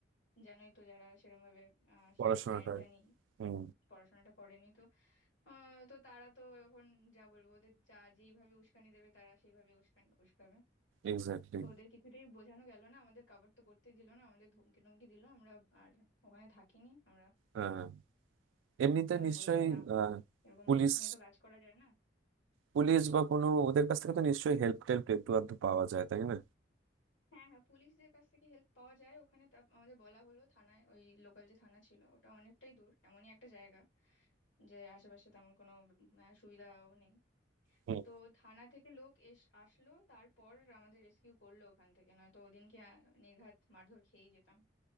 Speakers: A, on the left (about 85°); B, on the right (about 85°).
A: জানোই তো যারা সেরকম ভাবে
B: পড়াশোনাটা
A: সেই জ্ঞানটা নেই
B: হুম
A: পড়াশোনাটা করেনি তো আহ, তো তারা তো এখন যা বলবো ওদের যা যেইভাবে উস্কানি দেবে তারা সেইভাবে উস্কান উস্কাবে
B: এক্স্যাক্টলি
A: তো ওদের কিছুতেই বোঝানো গেল না আমাদের কাভার তো করতেই দিল না আমাদের ধমকি টমকি দিল আমরা আর ওখানে থাকিনি আমরা
B: হ্যাঁ এমনিতে
A: আমি
B: নিশ্চয়ই
A: বললাম যে না
B: আহ,
A: এরকম
B: পুলিশ
A: রিস্ক নিয়ে তো কাজ করা যায় না
B: পুলিশ বা কোনো ওদের কাছ থেকে তো নিশ্চয়ই হেল্প টেল্প একটু আধটু পাওয়া যায় তাই না
A: হ্যাঁ হ্যাঁ পুলিশদের কাছ থেকে হেল্প পাওয়া যায় ওখানে তা আমাদের বলা হলো থানায় ওই লোকাল যে থানা ছিল ওটা অনেকটাই দূর এমনই একটা জায়গা যে আশেপাশে তেমন কোনো উম, আহ, সুবিধাও নেই
B: হুম।
A: তো থানা থেকে লোক এস আসলো তারপর আমাদের রেস্কিউ করলো ওখান থেকে নয়তো ওদিনকে আহ, নির্ঘাত মারধর খেয়েই যেতাম